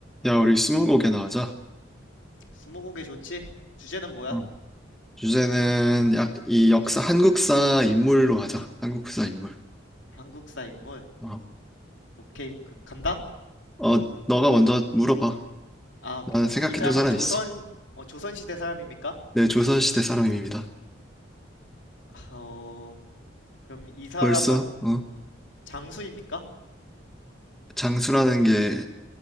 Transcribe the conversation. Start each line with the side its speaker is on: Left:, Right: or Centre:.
Centre: 야, 우리 스무고개나 하자.
Left: 스무고개 좋지? 주제는 뭐야?
Centre: 어. 주제는 약, 이 역사, 한국사 인물로 하자. 한국사 인물.
Left: 한국사 인물.
Centre: 어,
Left: 오케이, 그럼 간다?
Centre: 어, 너가 먼저 물어봐.
Left: 아, 오케이,
Centre: 나는
Left: 그럼
Centre: 생각해둔
Left: 이 사람은
Centre: 사람
Left: 조선,
Centre: 있어.
Left: 어, 조선시대 사람입니까?
Centre: 내 조선시대 사람입니다.
Left: 아, 어, 그럼 이 사람은
Centre: 벌써, 어?
Left: 장수입니까?
Centre: 장수라는 게,